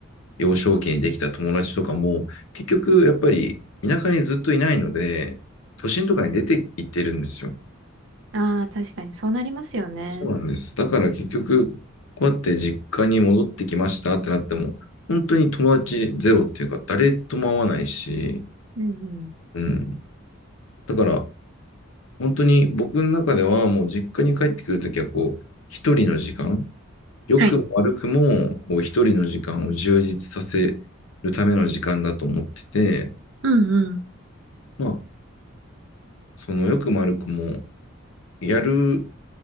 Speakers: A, on the left (about 75°); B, on the right (about 60°).
A: 幼少期にできた友達とかも、結局やっぱり田舎にずっといないので、都心とかに出て行ってるんですよ。
B: ああ、確かにそうなりますよね。
A: そうなんです。だから結局、こうやって実家に戻ってきましたってなっても、本当に友達ゼロっていうか、誰とも会わないし、
B: うんうん。
A: うん。だから、本当に僕の中では、もう実家に帰ってくるときは、こう、一人の時間、良くも悪くも、
B: はい。
A: こう、一人の時間を充実させるための時間だと思ってて、
B: うんうん。
A: まあ、その良くも悪くも、やる